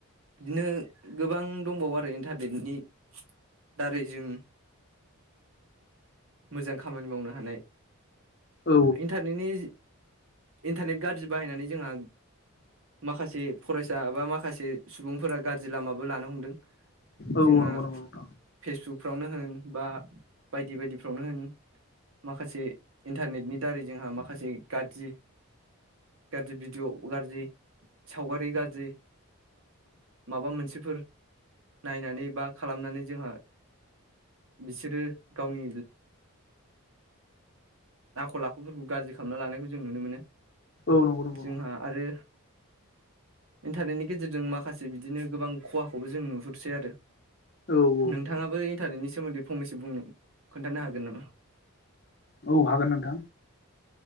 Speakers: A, on the right; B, on the left.
A: बिदिनो गोबां दंबावो आरो। इन्टारनेटनि दारै जों मोजां खामानि मावनो हानाय
B: औ
A: इन्टारनेटनि इन्टारनेट गाज्रि बाहायनानै जोंहा माखासे फरायसा बा माखा माखासे सुबुंफोरा गाज्रि लामाबो लानो हमदों।
B: औ नंगौ
A: जोंहा
B: नंगौ नोंथां
A: फेसबुकफ्रावनो होन। बा बायदि बायदिफ्रावनो होन माखासे इन्टारनेटनि दारै जोंहा माखासे गाज्रि गाज्रि भिडिअ' गाज्रि सावगारि गाज्रि माबा मोनसेफोर नायनानै बा खालामनानै जोंहा बिसोरो गावनि आखल आखुफोरखौ गाज्रि खालामना लानायखौ जों नुनो मोनो।
B: औ नंगौ नंगौ
A: जोंहा आरो इन्टारनेटनि गेजेरजों माखासे बिदिनो गोबां खहाखौबो जों नुहुरदों सेै आरो।
B: औ औ
A: नोंथाङाबो इन्टारनेटनि सायाव सोमोनदै‌ फंनैसो बुंनो खोनथानो हागोन नामा।
B: औ हागोन नोंथां